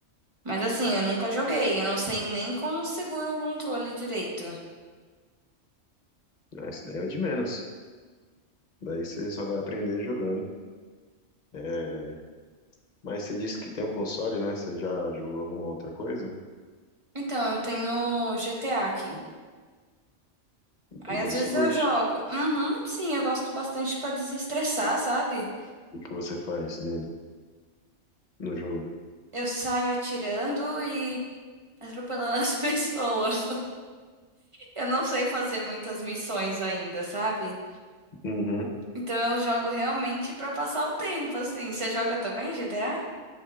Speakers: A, on the right (about 30°); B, on the left (about 40°).
A: Mas assim, eu nunca joguei, eu não sei nem como segura um controle direito.
B: Ah, Isso daí é o de menos. Daí você só vai aprender jogando. É, Mas você disse que tem um console, né? Você já jogou alguma outra coisa?
A: Então, eu tenho GTA aqui. Aí
B: E
A: às
B: você
A: vezes
B: curte?
A: eu jogo. Uhum, sim, eu gosto bastante pra desestressar, sabe?
B: E o que você faz nele, no jogo?
A: Eu saio atirando e atropelando as <laughs> pessoas. Eu não sei fazer muitas missões ainda, sabe?
B: Uhum,
A: Então eu jogo realmente pra passar o tempo, assim. Você joga também GTA?